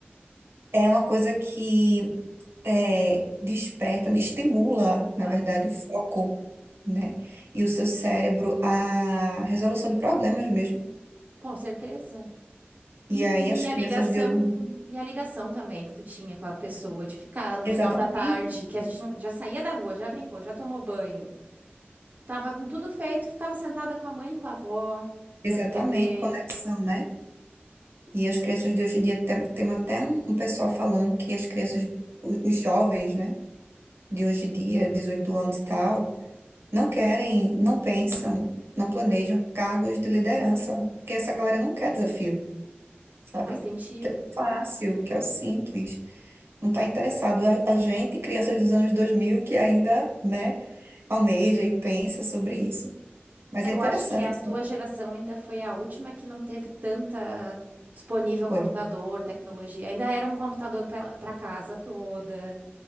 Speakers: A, on the right (about 80°); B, on the right (about 40°).
A: É uma coisa que é, desperta, estimula, na
B: Ah,
A: verdade, o foco, né? E o seu cérebro, a resolução de problemas mesmo.
B: com certeza.
A: E
B: E,
A: aí
B: e
A: as crianças
B: a ligação,
A: de hoje em dia,
B: e a ligação também que tu tinha com a pessoa de ficar no
A: exatamente,
B: final da tarde, que a gente não- já saía da rua, já brincou, já tomou banho. Tava com tudo feito, ficava sentada com a mãe e com a avó,
A: exatamente,
B: vendo TV.
A: conexão, né? E as crianças de hoje em dia, tem, tem até um, um pessoal falando que as crianças, o- os jovens, né? De hoje em dia, 18 anos e tal, não querem, não pensam, não planejam cargos de liderança, porque essa galera não quer desafio. sabe?
B: Faz sentido.
A: Que é o fácil, que é o simples. Não está interessado. A, a gente, crianças dos anos 2000 que ainda, né, almeja e pensa sobre isso. Mas
B: É,
A: é
B: eu
A: interessante
B: acho que a
A: isso
B: tua geração ainda foi a última que não teve tanta disponível
A: que foi.
B: computador, tecnologia. Ainda era um computador para casa toda,